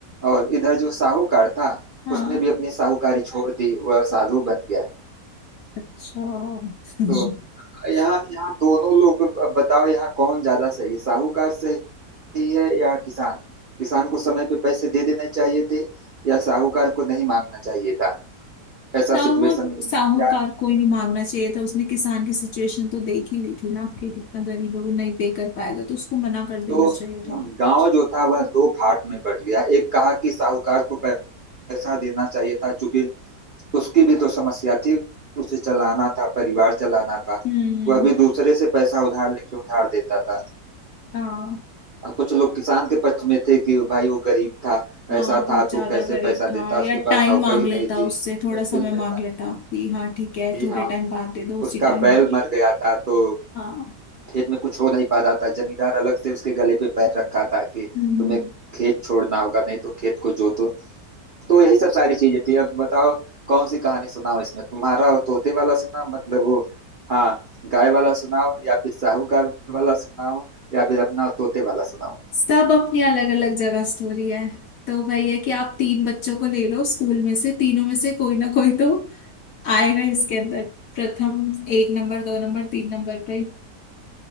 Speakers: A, on the right; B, on the left.
A: और इधर जो साहूकार था
B: हाँ
A: उसने भी अपनी साहूकारी छोड़ दी वह साधु बन गया
B: अच्छा <laughs>
A: तो यहाँ यहाँ दोनों लोग अब बताओ यहाँ कौन ज्यादा सही है साहूकार सही है या किसान किसान को समय पे पैसे दे देने चाहिए थे या साहूकार को नहीं मांगना चाहिए था ऐसा
B: साहू
A: सिचुएशन
B: और साहूकार
A: क्या
B: को ही नहीं मांगना चाहिए था उसने किसान की सिचुएशन तो देख ही ली थी ना कि कितना गरीब है वो नहीं पे कर पाएगा तो उसको मना कर देना
A: तो
B: चाहिए था
A: गांव जो था वह दो फाट में बट गया एक कहा कि साहूकार को पै- पैसा देना चाहिए था चूंकि उसकी भी तो समस्या थी उसे चलाना था परिवार चलाना था
B: हम्म
A: वह भी दूसरे से पैसा उधार लेके उधार देता था
B: हाँ
A: और कुछ लोग किसान के पक्ष में थे कि भाई वो गरीब था
B: हाँ
A: ऐसा
B: बहुत
A: था
B: ज्यादा
A: तो कैसे
B: गरीब
A: पैसा
B: था
A: देता उसके
B: या
A: पास
B: टाइम
A: नौकरी
B: मांग लेता
A: नहीं थी
B: उससे थोड़ा
A: मुश्किल
B: समय
A: में
B: मांग
A: था
B: लेता कि हाँ ठीक है
A: जी
B: थोड़े
A: हाँ
B: टाइम बाद दे दो उसी
A: उसका
B: टाइम
A: बैल मर गया था तो
B: हाँ
A: खेत में कुछ हो नहीं पा रहा था जमींदार अलग से उसके गले पे पैर रखा था कि
B: हम्म
A: तुम्हें खेत छोड़ना होगा नहीं तो खेत को जोतो तो यही सब सारी चीजें थी अब बताओ कौन सी कहानी सुनाओ इसमें तुम्हारा वो तोते वाला सुनाओ मतलब वो हाँ गाय वाला सुनाओ या फिर साहूकार वाला सुनाओ या फिर अपना तोते वाला सुनाओ
B: सब अपनी अलग अलग जगह स्टोरी है तो भाई है कि आप तीन बच्चों को ले लो स्कूल में से तीनों में से कोई ना कोई तो आएगा इसके अंदर प्रथम एक नंबर दो नंबर तीन नंबर पे